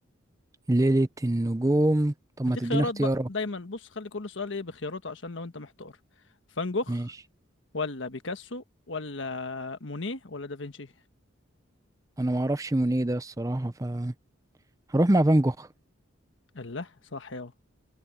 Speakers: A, on the right; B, on the left.
A: ليلة النجوم طب ما
B: هديك
A: تديني
B: خيارات
A: اختيارات
B: بقى دايما بص خلي كل سؤال ايه بخياراته عشان لو انت محتار فان جوخ
A: ماشي
B: ولا بيكاسو ولا مونيه ولا دافنشي
A: انا ما اعرفش مونيه ده الصراحة ف هروح مع فان جوخ
B: الله صح يا